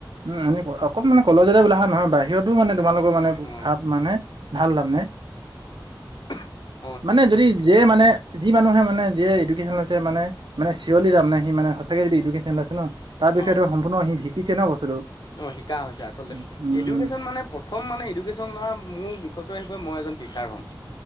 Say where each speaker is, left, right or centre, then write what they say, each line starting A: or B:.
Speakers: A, on the right; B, on the left.
A: উম এনে অকণ মানে কলজতে বোলা নহয় বাহিৰতো মানে তোমালোকৰ মানে
B: অ
A: ভাৱ মানে ভাল নে
B: <unintelligible>
A: মানে যদি যিয়ে মানে যি মানুহে মানে যিয়ে এডুকেশ্যন লৈছে মানে মানে চিঞৰলি তামানে সি মানে সচাকে এডুকেচন আছে ন তাৰ
B: অ
A: বিষয়েটো সম্পূৰ্ণ সি শিকিছে ন বস্তুটো
B: অ শিকা হৈছে আচলতে
A: উম উম
B: এডুকেশ্যন মানে প্ৰথম মানে এডুকেশ্যন লোৱা মোৰ বিষয়তটো আহিব মই এজন ট্ৰেছাচাৰ হম